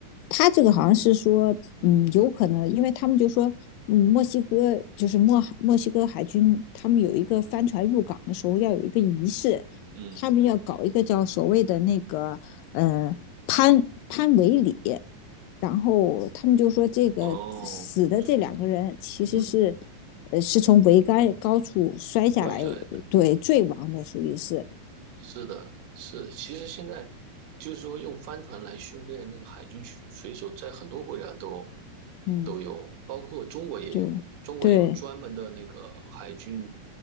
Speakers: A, on the left; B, on the right.
A: 他这个好像是说，嗯，
B: 嗯
A: 有可能，因为他们就说，嗯，墨西哥就是墨海墨西哥海军，他们有一个帆船入港的时候要有一个仪式，
B: 嗯，
A: 他们要搞一个叫所谓的那个呃潘潘维礼，然后他们就说这个死的这两个人其实是，
B: 哦，就嗯
A: 呃，是从桅杆高处摔下来，
B: 摔下来的，
A: 对，坠亡的，属于是，
B: 是的，是，其实现在就是说用帆船来训练那个海军水水手，在很多国家都
A: 嗯，
B: 都有，包括中国也有，
A: 对，
B: 中国也有专门的那个海军
A: 对，